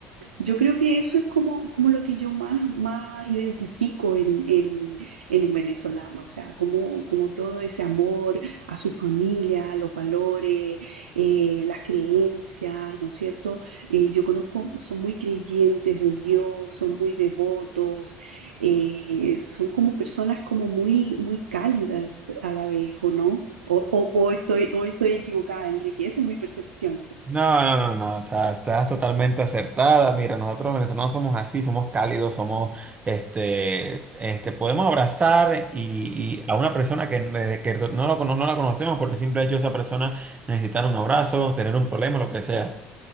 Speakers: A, on the right; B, on the right.
A: Yo creo que eso es como, como lo que yo más, más identifico en, en, en un venezolano, o sea, como, como todo ese amor a su familia, a los valores, eh, las creencias, ¿no es cierto? Eh, yo conozco, son muy creyentes de Dios, son muy devotos, eh, son como personas como muy, muy cálidas a la vez, ¿o no? O, o- o estoy, o estoy equivocada, Enrique, esa es mi percepción.
B: No, no, no, no, o sea, estás totalmente acertada. Mira, nosotros los venezolanos somos así, somos cálidos, somos, este, este, podemos abrazar y, y a una persona que, eh, que no, lo cono- no la conocemos porque siempre ha hecho esa persona necesitar un abrazo, tener un problema, lo que sea.